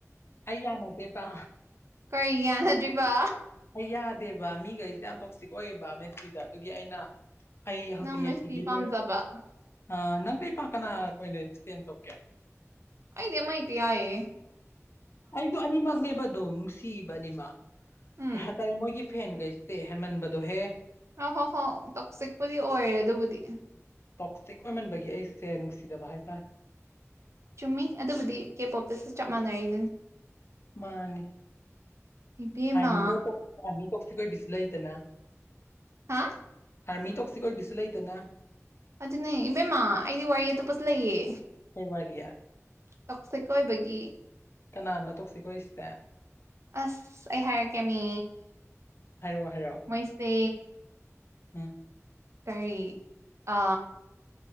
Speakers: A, on the left; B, on the right.
A: ꯑꯩ ꯌꯥꯅꯗꯦꯕ꯫
B: ꯀꯩꯒꯤ ꯌꯥꯅꯗ꯭ꯔꯤꯕ?
A: ꯑꯩ ꯌꯥꯗꯦꯕ ꯃꯤꯈꯩꯁꯦ ꯌꯥꯝ ꯇꯣꯛꯁꯤꯛ ꯑꯣꯏꯌꯦꯕ ꯃꯦꯁꯤꯗ ꯑꯗꯨꯒꯤ ꯑꯩꯅ ꯑꯩ ꯍꯧꯖꯤꯛ
B: ꯅꯪ
A: ꯃꯦꯁꯤꯒꯤ
B: ꯃꯤꯁꯇꯤ ꯄꯥꯝꯖꯕ
A: ꯂꯦꯞ ꯑꯩ ꯅꯪ ꯀꯔꯤ ꯄꯥꯝ ꯀꯅꯥ ꯏꯁꯇꯦꯟ ꯇꯧꯒꯦ?
B: ꯑꯩꯗꯤ ꯑꯃ ꯍꯦꯛꯇꯥ ꯌꯥꯑꯦ꯫
A: ꯑꯩꯗꯣ ꯑꯅꯤꯃꯛꯅꯦꯕ ꯑꯗꯨꯝ ꯅꯨꯡꯁꯤꯕ ꯑꯅꯤꯃꯛ
B: ꯎꯝ
A: ꯀꯩ ꯍꯥꯏꯇꯥꯔꯦ ꯃꯣꯏꯒꯤ ꯐꯦꯟꯒꯩ ꯁꯦ ꯍꯦꯟꯃꯟꯕꯗꯨꯣꯍꯦ!
B: ꯑ ꯍꯣ ꯍꯣ ꯇꯣꯛꯁꯤꯛꯄꯨꯗꯤ ꯑꯣꯏꯔꯦ ꯑꯗꯨꯕꯨꯗꯤ꯫
A: ꯇꯣꯛꯁꯤꯛ ꯑꯣꯏꯃꯟꯕꯒꯤ ꯑꯩꯁꯦ ꯅꯨꯡꯁꯤꯗꯕ ꯍꯥꯏꯇꯥꯔꯦ꯫
B: ꯆꯨꯝꯃꯤ ꯑꯗꯨꯕꯨꯗꯤ ꯀꯦ ꯄꯣꯞꯇꯁꯨ ꯆꯞ ꯃꯥꯟꯅꯔꯤ ꯑꯗꯨꯅꯤ꯫
A: ꯃꯥꯅꯦ ꯑꯥꯔꯃꯤꯗ
B: ꯏꯕꯦꯝꯃ
A: ꯇꯣꯛ ꯑꯥꯔꯃꯤ ꯇꯣꯛꯁꯦ ꯀꯣꯏꯕꯤꯁꯨ ꯂꯩꯗꯅ꯫
B: ꯍꯥ
A: ꯑꯥꯔꯃꯤ ꯇꯣꯛꯁꯤꯛ ꯑꯣꯏꯕꯁꯨ ꯂꯩꯗꯅ꯫
B: ꯑꯗꯨꯅꯦ ꯏꯕꯦꯝꯃ ꯑꯩꯗꯤ ꯋꯥꯔꯤ ꯑꯇꯣꯞꯄꯁꯨ ꯂꯩꯌꯦ꯫
A: ꯀꯩ ꯋꯥꯔꯤꯔꯤ
B: ꯇꯣꯛꯁꯤꯛ ꯑꯣꯏꯕꯒꯤ
A: ꯀꯅꯥꯅꯣ ꯇꯣꯛꯁꯤ ꯀꯣꯔꯤꯁꯦ
B: ꯑꯁ ꯑꯩ ꯍꯥꯏꯔꯛꯀꯦ ꯃꯤ
A: ꯍꯥꯏꯔꯛꯑꯣ ꯍꯥꯏꯔꯛꯑꯣ
B: ꯃꯣꯏꯁꯦ
A: ꯎꯝ
B: ꯀꯔꯤ ꯑ